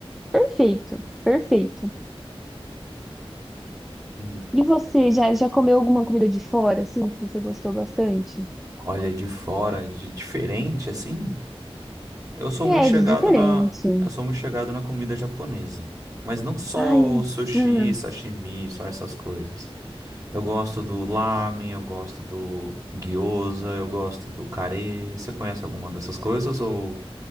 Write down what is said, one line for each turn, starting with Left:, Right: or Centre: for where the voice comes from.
Centre: perfeito, perfeito.
Right: Hum,
Centre: E você, já, já comeu alguma comida de fora, assim, que você gostou bastante?
Right: Olha, de fora, de diferente, assim. Eu sou
Centre: É,
Right: muito chegado
Centre: de diferente.
Right: na, eu sou muito chegado na comida japonesa, mas não só
Centre: Ai,
Right: o sushi,
Centre: ah,
Right: sashimi, só essas coisas. Eu gosto do lamen, eu gosto do gyoza, eu gosto do kare. Você conhece alguma dessas coisas ou?